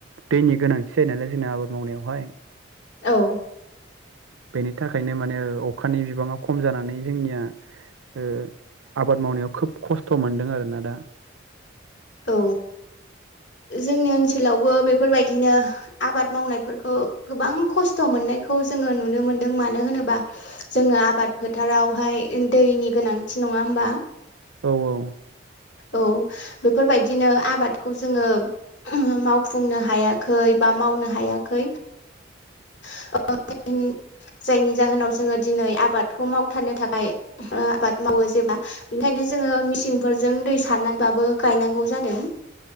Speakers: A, on the right; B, on the left.
A: दैनि गोनांथि जायो नालाय जोंना आबाद मावनायावहाय
B: औ
A: बेनि थाखायनो माने अखानि बिबाङा खम जानानै जोंनिया ओ आबाद मावनायाव खोब खस्थ' मोनदों आरोना दा
B: औ जोंनि ओनसोलावबो बेफोरबायदिनो आबाद मावनायफोरखौ गोबां खस्थ' मोननायखौ जोङो नुनो मोनदों मानो होनोबा जोंनो आबाद फोथारावहाय दैनि गोनांथि नङा होमबा
A: औ औ
B: औ बेफोरबायदिनो आबादखौ जोङो मावफुंनो हायाखै बा मावनो हायाखै <unintelligible> जायनि जाहोनाव जोङो दिनै आबादखौ मावथारनो थाखाय आबाद मावो जेब्ला बेनिखायनो जोङो मिसिंफोरजों दै सारनानैबाबो गायनांगौ जादों।